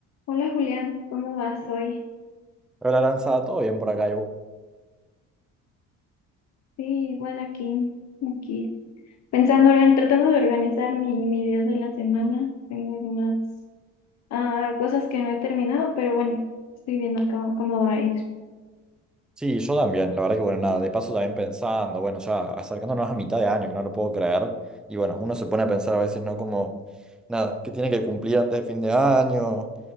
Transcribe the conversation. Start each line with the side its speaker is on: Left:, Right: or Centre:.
Left: Hola Julián, ¿cómo vas hoy?
Centre: Hola, Aranza, ¿todo bien por acá? Y vos?
Left: Sí, igual aquí, aquí. Pensando, organ- tratando de organizar mi, mi día de la semana. Tengo algunas ah, cosas que no he terminado, pero bueno, estoy viendo cómo, cómo va a ir.
Centre: Sí, yo también, la verdad que bueno, nada, de paso también pensando, bueno, ya acercándonos a mitad de año, que no lo puedo creer, y bueno, uno se pone a pensar a veces, ¿no? Como, nada, que tiene que cumplir antes de fin de año,